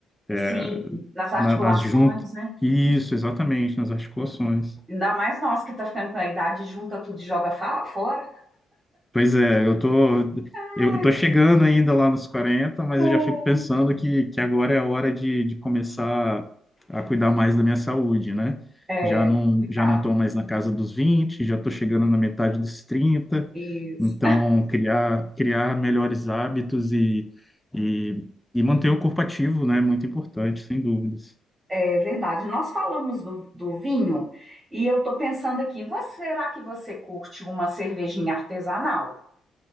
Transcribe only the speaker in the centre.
é,
na- nas juntas.
Isso, exatamente, nas articulações.
Pois é, eu tô,
eu, eu tô chegando ainda lá nos quarenta mas
eu já fico pensando que, que agora é a hora de, de começar a cuidar mais da minha saúde, né?
Já não,
já não tô mais na casa dos vinte já tô chegando na metade dos trinta
então criar, criar melhores hábitos e, e, e manter o corpo ativo, né? é Muito importante, sem dúvidas.